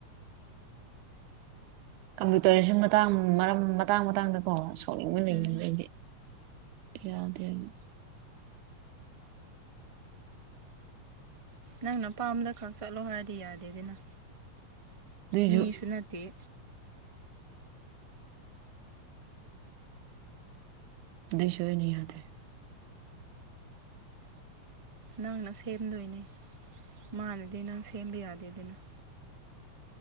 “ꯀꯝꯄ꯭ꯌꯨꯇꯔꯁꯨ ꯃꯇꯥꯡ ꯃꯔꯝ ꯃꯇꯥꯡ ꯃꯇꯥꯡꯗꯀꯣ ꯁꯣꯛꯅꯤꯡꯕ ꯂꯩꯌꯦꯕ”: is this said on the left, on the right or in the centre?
Right